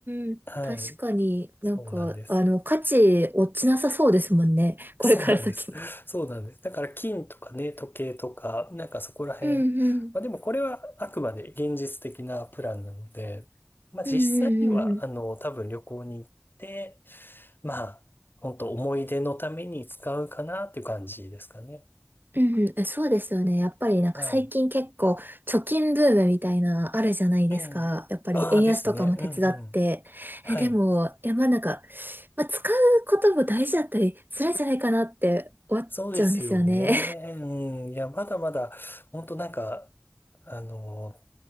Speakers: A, on the right; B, on the left.
A: んうん。
B: はい。
A: 確かになんか、
B: そうなんです。
A: あの、価値落ちなさそうですもんね。<laughs> これから先も。
B: そうなんです。<laughs> そうなんです。だから金とかね、時計とか、なんかそこら辺。
A: うんうん。
B: まあでもこれはあくまで現実的なプランなので、まあ実際には、
A: うんうんうんうん。
B: あの、多分旅行に行って、まあ、本当思い出のために使うかなっていう感じですかね。
A: うんうん。えそうですよね。やっぱりなんか最近結構貯金ブームみたいなあるじゃないですか。
B: はい。ええ。
A: やっぱり円安とかも手伝って。
B: ああですね。うんうん。はい。
A: え、でも、いやまあなんか、まあ、使うことも大事だったりするんじゃないかなって思っちゃうんですよね。
B: そうですよね。うん。いや、まだまだ、本当なんか、あの、